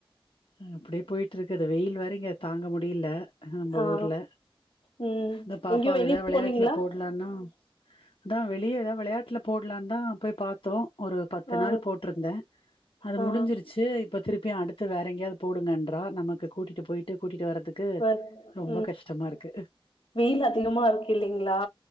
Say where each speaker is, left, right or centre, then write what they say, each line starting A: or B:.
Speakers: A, on the left; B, on the left.
A: அ அப்டியே போயிட்டு இருக்குது வெயில் வேற இங்க தாங்க முடியுல நம்போ
B: ஆ
A: ஊர்ல
B: ம்
A: இந்த பாப்பாவ
B: எங்கயு வெளிய
A: எதாவது வெளையாட்ல
B: போனீங்களா
A: போடு லாந்தா அதா வெளிய எதாவது வெளையாட்ல போடலான்ந்தா போய் பாத்தோ ஒரு பத்து
B: ஆ
A: நாள் போட்ருந்தே அது
B: ஆ
A: முடிஞ்சிருச்சு இப்போ திருப்பியு அடுத் து வேற எங்கயாது போடுங்கன்றா நமக்கு கூட்டிட்டு போயிட்டு கூட்டிட்டு வரதுக்கு
B: <unintelligible>
A: ரொம்ப கஷ்டமா இருக்கு
B: வெயில் அதிகமா இருக்கு இல்லலைங்களா